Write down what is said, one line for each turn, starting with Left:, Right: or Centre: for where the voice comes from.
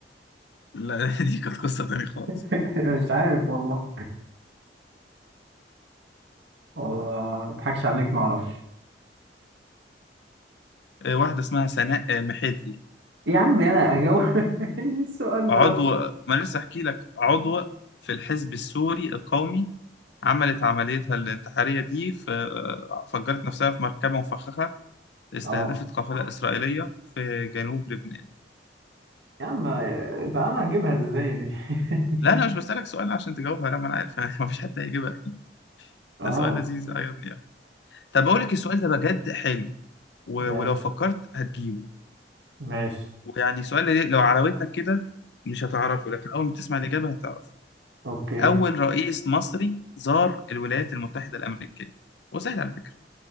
Left: لا دي كانت قصة تانية خالص
Right: <laughs> مش عارف والله والله ما اضحكش عليك ما اعرفش
Left: آه، واحدة اسمها سناء آه، محدلي
Right: يا عم انا اجاوب <laughs> إيه السؤال
Left: عضو
Right: ده يا اسطى
Left: ما أنا لسه أحكي لك عضو في الحزب السوري القومي عملت عمليتها الانتحارية دي في آه، فجرت نفسها في مركبة مفخخة استهدفت
Right: اه
Left: قافلة إسرائيلية في جنوب لبنان
Right: يا عم بقى انا هجيبها ازاي دي <laughs>
Left: لا أنا مش بسألك سؤال عشان تجاوبها لا ما أنا عارف <laughs> ما فيش حد هيجيبها أكيد
Right: اه
Left: ده سؤال لذيذ عجبني يعني طب بقول لك السؤال ده بجد حلو و-
Right: ماشي
Left: ولو فكرت هتجيبه
Right: ماشي
Left: ويعني سؤال ليه- لو عراودنك كده مش هتعرفه لكن أول ما تسمع الإجابة هتعرفه
Right: اوكي
Left: أول رئيس مصري زار الولايات المتحدة الأمريكية وسهل على فكرة